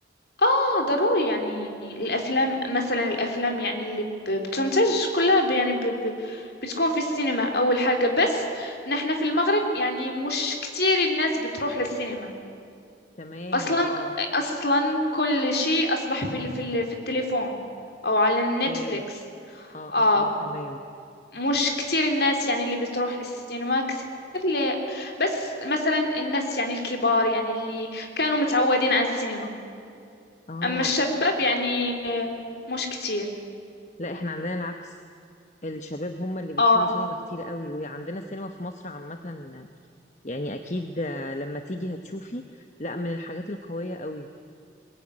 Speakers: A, on the left (about 55°); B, on the left (about 40°).
A: اه ضروري يعني الافلام مثلا الافلام يعني اللي ب- بتنتج كلها ب- يعني ب ب بتكون في السينما اول حاجة بس نحن في المغرب يعني مش كتير الناس بتروح للسينما
B: تمام
A: اصلا
B: اه
A: اصلا كل شيء اصبح في ال- في ال- في التليفون او على النتفليكس
B: اوكي اه
A: اه
B: اه اه تمام
A: مش كتير الناس يعني اللي بتروح للسينما كتير ل... بس مثلا الناس يعني الكبار يعني اللي كانوا متعودين على السينما
B: اه
A: اما الشباب يعني آه، مش كتير
B: لا احنا عندنا العكس الشباب هم اللي بيدخلوا
A: اه
B: سينما كتير قوي وعندنا السينما في مصر عامة يعني اكيد آه، لما تيجي هتشوفي لا من الحاجات القوية قوي